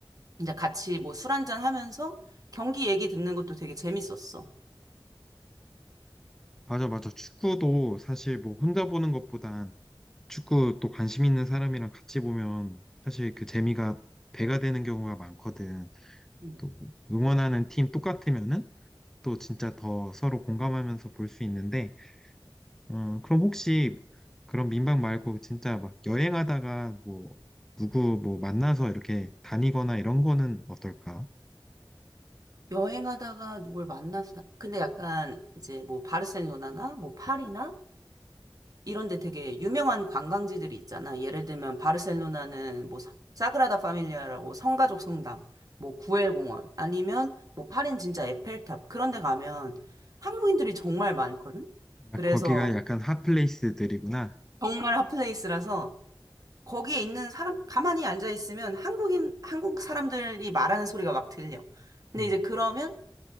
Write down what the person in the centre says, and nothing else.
맞아, 맞아. 축구도 사실 뭐 혼자 보는 것보단 축구 또 관심 있는 사람이랑 같이 보면 사실 그 재미가 배가 되는 경우가 많거든.
또 응원하는 팀 똑같으면은 또 진짜 더 서로 공감하면서 볼 수 있는데 어, 그럼 혹시 그런 민박 말고 진짜 막 여행하다가 뭐 누구 뭐 만나서 이렇게 다니거나 이런 거는 어떨까?
야, 거기가 약간 핫플레이스들이구나.
음,